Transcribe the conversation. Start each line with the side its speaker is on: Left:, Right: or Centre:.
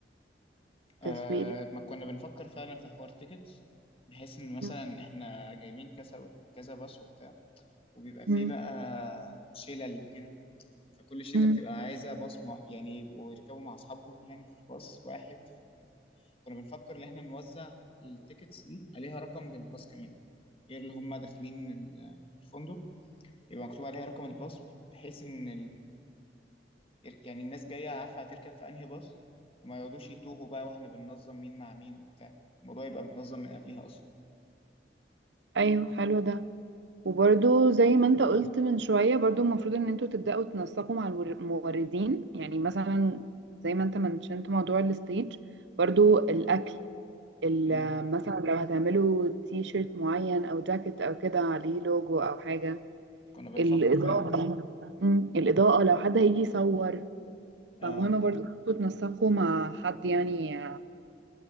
Left: آه
Right: تسويق
Left: ما كنا بنفكر فعلا في حوار تيكتس بحيث ان مثلا
Right: م-
Left: احنا جايبين كذا كذا باص وبتاع وبيبقى فيه
Right: م-
Left: بقى شلل وكده فكل شلة
Right: م.
Left: بتبقى عايزة باص مع يعني يبقوا يركبوا مع أصحابهم يعني في باص واحد ف- كنا بنفكر إن إحنا نوزع التيكتس دي عليها رقم للباص كمان غير اللي هم داخلين ال- الفندق يبقى مكتوب عليها رقم الباص بحيث إن ير- يعني الناس جاية عارفة هتركب في أنهي باص وما يقعدوش يتوهوا بقى وإحنا بننظم مين مع مين وبتاع الموضوع يبقى متنظم من قبلها أصلا
Right: ايوه حلو ده وبرضو زي ما انت قلت من شوية برضو المفروض ان انتوا تبدأوا تنسقوا مع الور- الموردين يعني مثلا زي ما انت منشنت موضوع الستيج برضو الأكل ال-
Left: امم
Right: مثلا لو هتعملوا تي شيرت معين او جاكيت او كده عليه لوجو او حاجة
Left: كنا بنفكر
Right: الإضاءة
Left: فعلا
Right: مم، الإضاءة لو حد هيجي يصور
Left: اه
Right: فمهم برضو انتوا تنسقوا مع حد يعني